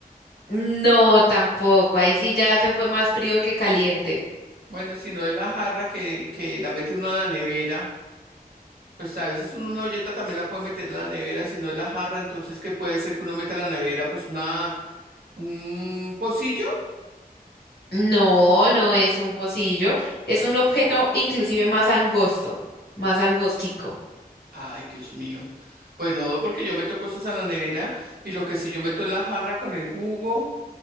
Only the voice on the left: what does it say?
No, tampoco. Ahí sí ya se fue más frío que caliente.
No, no es un pocillo. Es un objeto inclusive más angosto, más angostico.